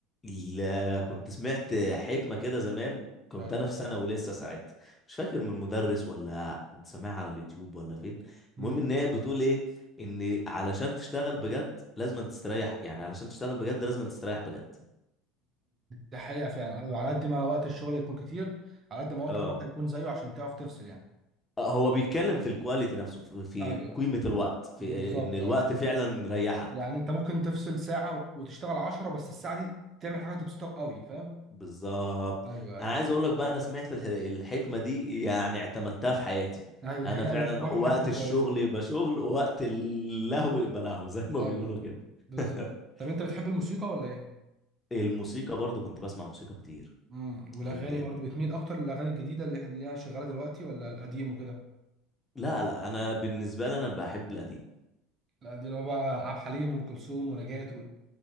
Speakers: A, on the left; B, on the right.
A: ال- كنت سمعت حكمة كده زمان كنت
B: ايوه
A: أنا في ثانوي لسه ساعتها مش فاكر من مدرس ولا كنت سامعها على اليوتيوب ولا فين
B: امم
A: المهم إن هي بتقول إيه إن علشان تشتغل بجد لازم تستريح يعني علشان تشتغل بجد لازم تستريح بجد
B: ده حقيقه فعلا ايوه على قد ما وقت الشغل يكون كتير على قد ما وقت
A: اه
B: الراحه يكون زيه عشان تعرف تفصل يعني
A: آه، هو بيتكلم في الكواليتي نفسه في في
B: ايوه
A: قيمة الوقت في
B: بالظبط
A: إن الوقت
B: آه.
A: فعلا ريحك
B: يعني انت ممكن تفصل ساعة وتشتغل عشرة بس الساعة دي تعمل حاجة تبسطك قوي فاهم؟
A: بالظبط
B: ايوه ايوه
A: انا عايز اقول لك بقى انا سمعت الح- الحكمه دي يعني اعتمدتها في حياتي
B: ايوه دي
A: انا
B: حقيقة
A: فعلا
B: دي بصراحة
A: وقت
B: حكمة
A: الشغل
B: كويسة
A: يبقى شغل ووقت اللهو يبقى لهو <laughs> زي ما
B: ايوه
A: بيقولوا كده
B: بالظبط
A: <laughs>
B: طب انت بتحب الموسيقى ولا ايه؟
A: الموسيقى برضو كنت بسمع موسيقى كتير
B: امم والاغاني
A: يعني
B: برضو بتميل اكتر للاغاني الجديدة اللي اللي هي شغالة دلوقتي ولا القديم وكده؟
A: لا لا انا بالنسبه لي انا بحب القديم
B: القديم اللي هو بقى عبد الحليم وام كلثوم ونجاة و...